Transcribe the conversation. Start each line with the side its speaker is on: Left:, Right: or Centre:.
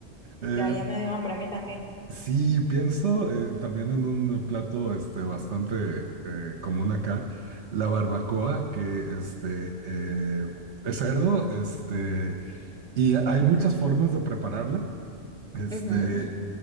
Right: Eh,
Centre: Ya, ya me dio hambre a mí también.
Right: sí, pienso eh, también en un plato este, bastante eh, común acá, la barbacoa, que este, eh, es cerdo, este Y hay muchas formas de prepararla, este,
Centre: Ujú.